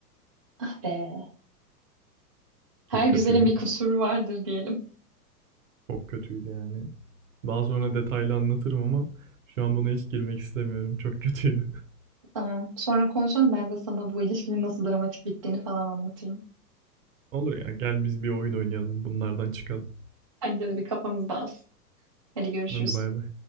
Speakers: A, on the right; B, on the right.
A: Ah be. Her
B: Çok
A: güzelin
B: kötüydü.
A: bir kusuru vardır diyelim.
B: Çok kötüydü yani. Daha sonra detaylı anlatırım ama şu an buna hiç girmek istemiyorum. Çok kötüydü. <laughs>
A: Tamam. Sonra konuşalım. Ben de sana bu ilişkimin nasıl dramatik bittiğini falan anlatırım.
B: Olur ya gel biz bir oyun oynayalım bunlardan çıkalım.
A: Önce de bir kafamız dağılsın. Hadi görüşürüz.
B: Hadi bay bay.